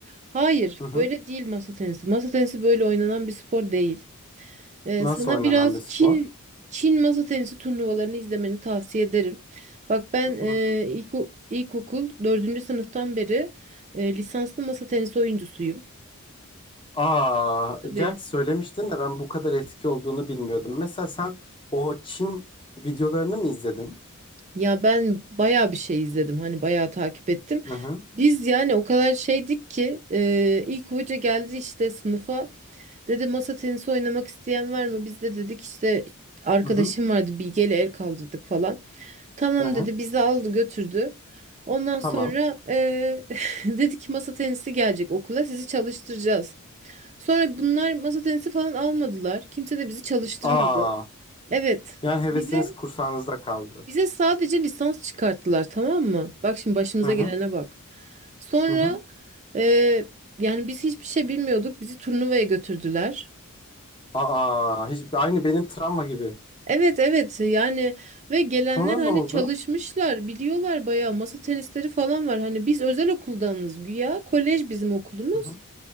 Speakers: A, on the right; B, on the left.
A: Hayır,
B: Hı hı.
A: böyle değil masa tenisi. Masa tenisi böyle oynanan bir spor değil. Ee,
B: Nasıl
A: sana
B: oynanan
A: biraz
B: bir spor?
A: Çin Çin masa tenisi turnuvalarını izlemeni tavsiye ederim. Bak ben
B: Hı
A: e,
B: hı.
A: ilko- ilkokul dördüncü sınıftan beri e, lisanslı masa tenisi oyuncusuyum.
B: Aa,
A: Tabii.
B: gerçi söylemiştin de ben bu kadar eski olduğunu bilmiyordum. Mesela sen o Çin videolarını mı izledin?
A: Ya ben bayağı bir şey izledim. Hani bayağı takip ettim.
B: Hı hı.
A: Biz yani o kadar şeydik ki e, ilk hoca geldi işte sınıfa. Dedi masa tenisi oynamak isteyen var mı? Biz de dedik işte arkadaşım
B: Hı hı.
A: vardı Bilge ile el kaldırdık falan. Tamam
B: Hı hı.
A: dedi bizi aldı götürdü. Ondan sonra
B: Tamam.
A: eee, <laughs> dedi ki masa tenisi gelecek okula sizi çalıştıracağız. Sonra bunlar masa tenisi falan almadılar. Kimse de bizi çalıştırmadı.
B: Aa,
A: Evet
B: yani hevesiniz
A: bize
B: kursağınızda kaldı.
A: bize sadece lisans çıkarttılar tamam mı? Bak şimdi başımıza
B: Hı hı.
A: gelene bak. Sonra
B: Hı hı.
A: eee, yani biz hiçbir şey bilmiyorduk bizi turnuvaya götürdüler.
B: Aa, hiç aynı benim travma gibi.
A: Evet evet yani ve gelenler
B: Sonra
A: hani
B: ne oldu?
A: çalışmışlar biliyorlar bayağı masa tenisleri falan var hani biz özel okuldanız güya kolej bizim okulumuz
B: Hı hı